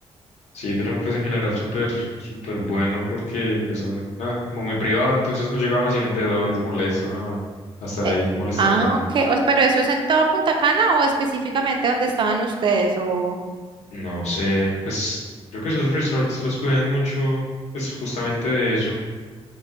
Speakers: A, on the left; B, on the right.
A: Sí, pero pues en general súper, súper bueno porque pues bueno, nada, como muy privado, entonces no llegaban así vendedores molestos ¿no? a, a estar
B: Eh,
A: ahí molestándolo
B: ah,
A: a uno.
B: ok. O- pero eso es en toda Punta Cana o específicamente donde estaban ustedes o...
A: No sé, pues creo que esos resorts los cuidan mucho, pues justamente de eso.